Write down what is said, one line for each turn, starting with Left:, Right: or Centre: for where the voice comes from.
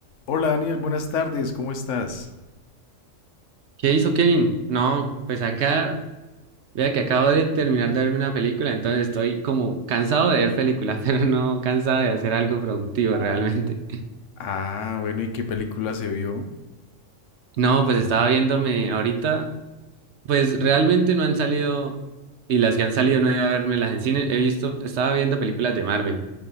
Left: Hola Daniel, buenas tardes, ¿cómo estás?
Right: ¿Qué hizo Kevin? No, pues acá, vea que acabo de terminar de verme una película, entonces estoy como cansado de ver películas, <laughs> pero no cansado de hacer algo productivo realmente.
Left: Ah, bueno, ¿y qué película se vio?
Right: No, pues estaba viéndome ahorita, pues realmente no han salido, y las que han salido no he ido a vermelas en cine, he visto, estaba viendo películas de Marvel,